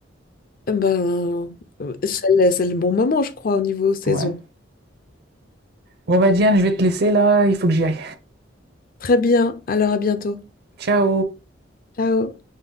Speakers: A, on the left (about 45°); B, on the right (about 55°).
A: Eh Ben, euh, c'est le c'est le bon moment, je crois, au niveau saison.
B: Ouais. Bon bah Diane, je vais te laisser là, il faut que j'y aille.
A: Très bien, alors à bientôt.
B: Ciao
A: Ciao.